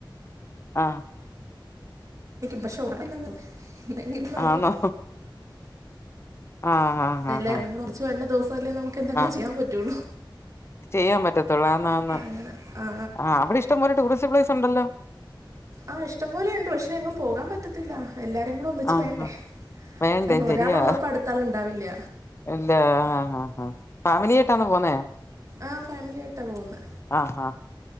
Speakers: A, on the left; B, on the right.
A: ആഹ്
B: പക്ഷെ <unintelligible> നോക്കിയാൽ
A: ആന്നോ <inaudible> ആഹ് ആഹ്
B: എല്ലാരുകൂടെ
A: ആഹ് ആഹ്
B: ഒന്നിച്ച് വരനെ ദെവസല്ലേ നമുക്ക് എന്തെങ്കിലും
A: ആഹ്
B: ചെയ്യാൻ പറ്റൊള്ളു
A: ചെയ്യാൻ പറ്റത്തൊള്ളൂ. ആന്ന് ആന്ന്.
B: അങ്ങനെ ആ
A: ആഹ് അവിടെ ഇഷ്ടംപലെ ടൂറിസ്റ്റ് പ്ലേസ് ഉണ്ടല്ലോ
B: ആഹ് ഇഷ്ടംപോലെ ഉണ്ട്. പക്ഷെ എങ്ങും പോകാൻ പറ്റത്തില്ല എല്ലാരും കൂടെ ഒന്നിച്ച്
A: ആഹ്
B: വേണ്ടേ
A: ഹാ വേണ്ടേ
B: അഹ് ഒരാളുള്ളപ്പോ
A: ശരിയാ
B: അടുത്താള് ഉണ്ടാവില്ല
A: ഇല്ല ആഹ് ഹ് ഫാമിലിയായിട്ടാണോ പോന്നേ
B: ആഹ് ഫാമിലി ആയിട്ടാ പോവ്ന്നേ
A: ആഹ്ഹ